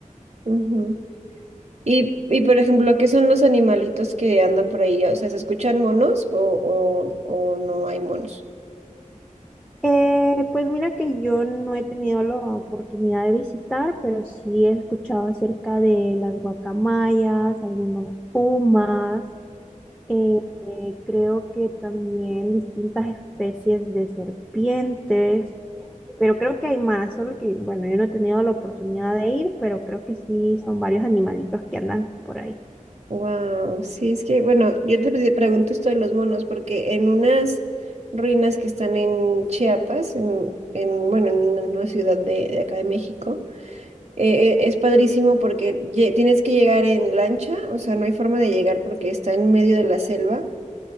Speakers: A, on the right (about 50°); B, in the centre.
A: Ujú. Y, y por ejemplo, ¿qué son los animalitos que andan por ahí? O sea, ¿se escuchan monos o, o, o no hay monos?
B: Eh, pues mira que yo no he tenido la oportunidad de visitar, pero sí he escuchado acerca de las guacamayas, algunos pumas, eh, eh, creo que también distintas especies de serpientes, pero creo que hay más, solo que, bueno, yo no he tenido la oportunidad de ir, pero creo que sí son varios animalitos que andan por ahí.
A: Wow, sí, es que, bueno, yo te pre- pregunto esto de los monos porque en unas ruinas que están en Chiapas, en, en, bueno, en una ciudad de, de acá de México, eh, eh, es padrísimo porque lle- tienes que llegar en lancha, o sea, no hay forma de llegar porque está en medio de la selva